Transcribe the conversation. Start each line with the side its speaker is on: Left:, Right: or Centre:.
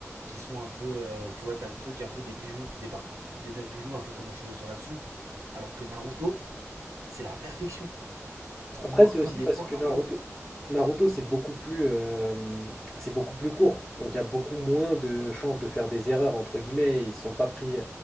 Right: qui sont un peu. euh, tu vois, t'as le truc, un peu des bijoux qui débarquent, des neuf bijoux, un peu comme un cheveu sur la soupe. Alors que Naruto, c'est la perfection. Trouve-moi
Centre: Après, c'est
Right: un
Centre: aussi
Right: défaut
Centre: parce que
Right: à Naruto.
Centre: Naruto, Naruto, c'est beaucoup plus, euh, c'est beaucoup plus court. Donc, il y a beaucoup moins de chances de faire des erreurs, entre guillemets. Ils ne se sont pas pris